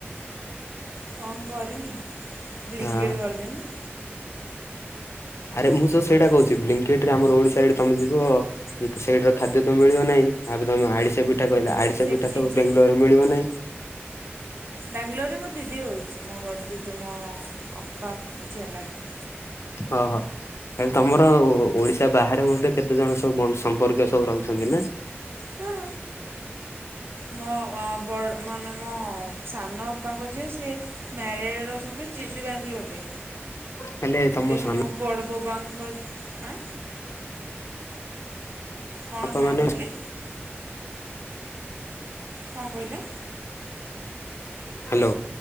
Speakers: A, on the right (about 55°); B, on the left (about 85°).
A: କଣ କରିମି ବ୍ଲିଙ୍କେଟ
B: ହଁ।
A: କରିଦେମି।
B: ଆରେ ମୁଁ ତ ସେଇଟା କହୁଛିି୍ି ବ୍ଲିଙ୍କେଟ ରେ ଆମର ଓଡ଼ିଶାରେ ତମେ ଯିବ। ସେଇଟା ର ଖାଦ୍ୟ ତ ମିଳିବ ନାହିଁ ଆବେ ତମେ ଆଡିଶା ପିଠା ଠା କହିଲ ଆଡ଼ିଶା
A: ସେଇଠି
B: ପିଠା
A: ନିଜେ
B: ତ ବାଙ୍ଗାଲୋରରେ ମିଳିବ ନାହିଁ।
A: ବେଙ୍ଗଲୋରରେ ମୋ ଦିଦି ରହୁଛି ମୋ ବଡ଼ ଦିଦି ମୋ ଅପା ଝିଅ ଲାଗି।
B: ଅ ହ। ତାହାଲେ ତମର ଓଡ଼ିଶା ବାହାରେ ମଧ୍ୟ କେତେ ଜଣ ସବୁ ସମ୍ପର୍କୀୟ ସବୁ ରହୁଛନ୍ତି ନା?
A: ହଁ ମୋ ହଁ ବଡ ମାନେ ମୋ ସାନଅପାଙ୍କ ଝିଅ ସିଏ ମ୍ୟାରେଡ ର ଅଛନ୍ତି ଜିଜୁ ବାଙ୍ଗାଲୋର ରେ।
B: ହେଲେ ତମ
A: ଦେନ
B: ସାନ
A: ମୋ ବଡ଼ ବବାଙ୍କ ଆଁ କଣ
B: ବାପା
A: କଣ
B: ମାନେ
A: କହିଲେ? କଣ କହିଲେ?
B: ହ୍ୟାଲୋ।